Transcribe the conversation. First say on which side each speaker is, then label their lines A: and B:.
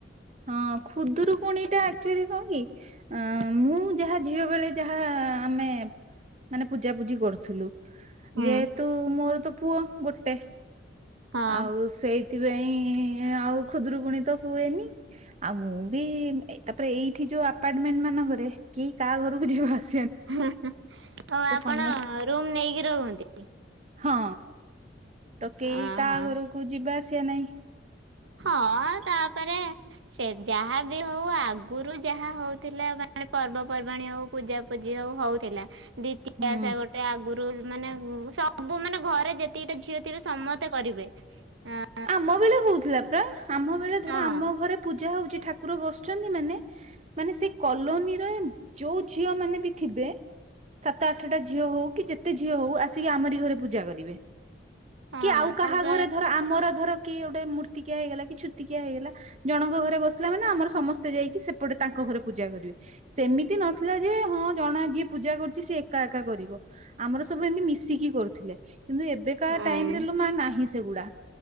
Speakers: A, on the right; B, on the right.
A: ହଁ କୁଦୁରୁକୁଣି ଟା ଆକଚୁଆଲି କଣ କି? ଆଁ ମୁଁ ଯାହା ଝିଅ ବେଳେ ଯାହା ଆମେ ମାନେ ପୂଜା ପୂଜି କରଥୁଲୁ।
B: ହୁଁ।
A: ଯେହେତୁ ମୋର ତ ପୁଅ ଗୋଟେ
B: ହଁ
A: ଆଉ ସେଇଥିପାଇଁ ଆଉ ଖୁଦୁରୁକୁଣୀ ତ ହୁଏନି। ଆଉ ମୁଁ ବି ତାପରେ ଏଇଠି ଯୋଉ ଆପାର୍ଟମେଣ୍ଟ ମାନଙ୍କରେ କିଏ କା ଘରକୁ ଯିବା ଆସ
B: ହୁଁହୁ ହୋଉ ଆପଣ
A: ସମସ୍ତ
B: ରୁମ୍ ନେଇକି ରୁହନ୍ତି।
A: ହଁ ତ କେଇ
B: ଅହ
A: କାଆ ଘରକୁ ଯିବା ଆସିବା ନାଇଁ।
B: ହଁ ତାପରେ ସେ ଯାହା ବି ହଉ ଆଗୁରୁ ଯାହା ହୋଉଥିଲା ପର୍ବପର୍ବାଣି ହଉ ପୂଜା ପୂଜି ହୋଉ ହୋଉଥିଲା ଦ୍ଵିତୀୟା
A: ହୁଁ।
B: ଓଷା ଗୋଟେ ଆଗୁରୁ ମାନେ ଉ ସବୁ ମାନେ ଘରେ ଯେତିକିଟା ଝିଅ ଥିବେ ସମସ୍ତେ କରିବେ ଆଁ।
A: ଆମ ବେଳେ ହୋଉଥିଲା ପରା ଆମ ବେଳେ ଧର
B: ହଁ
A: ଆମ ଘରେ ପୂଜା ହୋଉଚି ଠାକୁର ବସଚନ୍ତି ମାନେ ମାନେ ସେ କଲୋନୀର ଯୋଉ ଝିଅ ମାନେ ବି ଥିବେ ସାତ ଆଠଟା ଝିଅ ହୋଉ କି ଯେତେ ଝିଅ ହୋଉ ଆସିକି ଆମରି ଘରେ ପୂଜା କରିବେ।
B: ହଁ
A: କି ଆଉ କାହା
B: ତାପରେ
A: ଘରେ ଧର ଆମର ଧର କି ଗୋଟେ ମୂର୍ତ୍ତିକିଆ ହେଇଗଲା କି ଛୁ ତିିକିଆ ହେଇଗଲା ଜଣଙ୍କ ଘରେ ବସିଲା ମାନେ ଆମର ସମସ୍ତେ ଯାଇକି ସେପଟେ ତାଙ୍କ ଘରେ ପୂଜା କରିବେ। ସେମିତି ନଥିଲା ଯେ ହଁ ଜଣା ଯିଏ ପୂଜା କରୁଚି ସିଏ ଏକା ଏକା କରିବ। ଆମର ସବୁ ଏମିତି ମିଶିକି କରୁଥିଲେ। କିନ୍ତୁ ଏବେକା
B: ହଁ
A: ଟାଇମରେ ଲୋ ମା ନାହିଁ ସେଗୁଡା।